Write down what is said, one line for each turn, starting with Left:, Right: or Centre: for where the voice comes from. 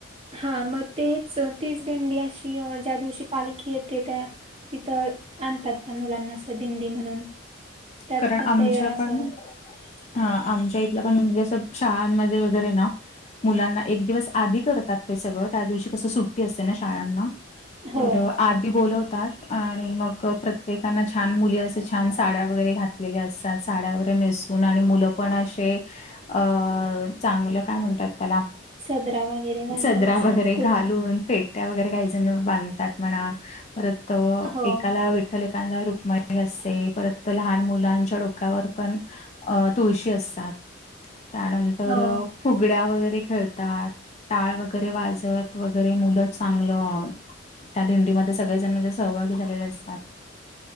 Right: हा मग तेच तीच दिंडी अशी ज्या दिवशी पालखी येते त्या तिथं आणतात त्या मुलांना असं भिंदी म्हणून त्यात
Left: कारण
Right: पण
Left: आमच्या
Right: ते असं
Left: पण हा आमच्या इथलं पण म्हणजे शाळांमध्ये वगैरे ना मुलांना एक दिवस आधी करतात ते सगळं त्या दिवशी कसं सुट्टी असते ना शाळांना
Right: हो
Left: तर आठी बोलवतात आणि मग प्रत्येकाना छान मुली असे छान साड्या वगैरे घातलेले असतात साड्या वगैरे नेसून आणि मुलं पण असे अ चांगलं काय म्हणतात त्याला
Right: सदरा वगैरे घालतात
Left: सदरा
Right: असा
Left: वगैरे
Right: कुर्ता
Left: घालून फेट त्या वगैरे काही जण बांधतात म्हणा परत त
Right: हो
Left: एकाला कलेकांला रुक्मा असते परत तर लहान मुलांच्या डोक्यावर पण अ तुळशी असतात त्यानंतर
Right: हो
Left: फुगड्या वगैरे खेळतात टाळ वगैरे वाजत वगैरे मुलं चांगलं त्या दिंडीमध्ये सगळे जण माणझे सहभाग झालेले असतात